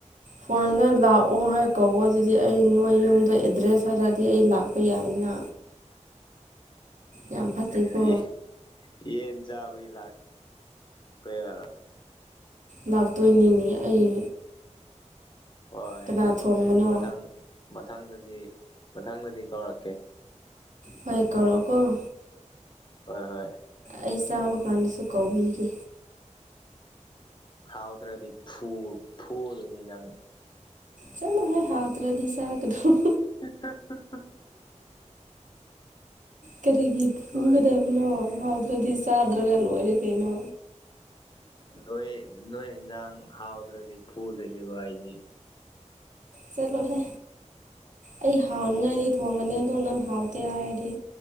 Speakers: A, on the right; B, on the left.
A: ꯐꯣꯟꯅ ꯂꯥꯛꯑꯣ ꯍꯥꯏ ꯀꯧꯕ ꯑꯗꯨꯗꯤ ꯑꯩ ꯅꯣꯏ ꯌꯨꯝꯗ꯫ ꯑꯦꯗ꯭ꯔꯦꯁ ꯍꯥꯏꯔꯗꯤ ꯑꯩ ꯂꯥꯛꯄ ꯌꯥꯏꯅ꯫ ꯌꯥꯝ ꯐꯠꯇꯦꯀꯣ
B: ꯌꯦ꯫ ꯌꯦꯟꯆꯥꯕꯒꯤ ꯂꯥꯛ ꯄꯌꯥꯔꫭꯏ꯫
A: ꯂꯥꯛꯇꯣꯏꯅꯤꯅꯦ ꯑꯩ꯫
B: ꯍꯣꯏ
A: ꯀꯅꯥ ꯊꯣꯡꯕꯅꯣ
B: ꯃꯊꯪ ꯃꯊꯪꯗꯗꯤ꯫ ꯃꯊꯪꯗꯗꯤ ꯀꯧꯔꯛꯀꯦ
A: ꯍꯣꯏ ꯀꯧꯔꯛꯑꫭꯀꫭ꯫
B: ꯍꯣꯏ ꯍꯣꯏ꯫
A: ꯑꯩ ꯆꯥꯕ ꯀꯥꯟꯗꯁꯨ ꯀꯧꯕꯤꯒꯦ꯫
B: ꯍꯥꯎꯗ꯭ꯔꯗꯤ ꯐꯨ ꯐꯨꯗꯣꯏꯅꯤ ꯅꯪ꯫
A: ꯆꯠꯂꯨꯍꯦ ꯍꯥꯎ ꯇ꯭ꯔꯗꯤ ꯆꯥꯗꯗꯨꯝ꯫
B: <unintelligible>
A: ꯀꯔꯤꯒꯤ ꯐꯨꯒꯗꯝꯅꯣ
B: ꯅꯣꯏ
A: ꯍꯥꯎꯗ꯭ꯔꯗꯤ ꯆꯥꯗ꯭ꯔꯒ ꯂꫭꯏꯔꯦ ꯀꯩꯅꯣ꯫
B: ꯅꯣꯏ ꯅꯣꯏ ꯌꯦꯟꯖꯥꯡ ꯍꯥꯎꯗ꯭ꯔꯗꯤ ꯐꯨꯗꯣꯏꯅꯦꯀꫭ ꯑꯩꯗꯤ꯫
A: ꯆꯠꯂꯣꯍꯦ ꯑꯩ ꯍꯥꯎꯅꯤꯉꯥꯏꯗꯤ ꯊꯣꯡꯒꯅꯤ ꯑꯗꯣ ꯅꯪ ꯍꯥꯎꯇꯦ ꯍꯥꯏꯔꯗꯤ꯫